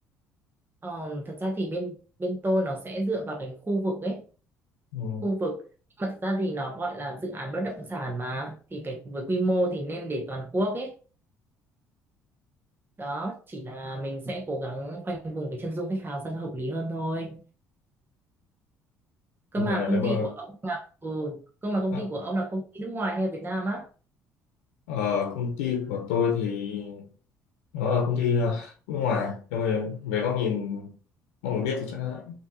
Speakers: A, on the right; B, on the left.
A: Ờ, thật ra thì bên bên tôi nó sẽ dựa vào cái khu vực ấy
B: Ừ,
A: khu vực Nhưng mà thật ra thì nó gọi là dự án bất động sản mà thì cái với quy mô thì nên để toàn quốc ấy đó chỉ là mình sẽ cố gắng khoanh vùng cái chân dung khách hàng sao cho hợp lý hơn thôi cơ
B: nhưng
A: mà
B: mà
A: công
B: nếu mà
A: ty của ông là ừ, cơ mà công
B: ờ,
A: ty của ông là công ty nước ngoài hay là Việt Nam á
B: ở công ty của tôi thì Ờ, công ty ờ, nước ngoài nhưng mà về góc nhìn mọi người biết thì chắc là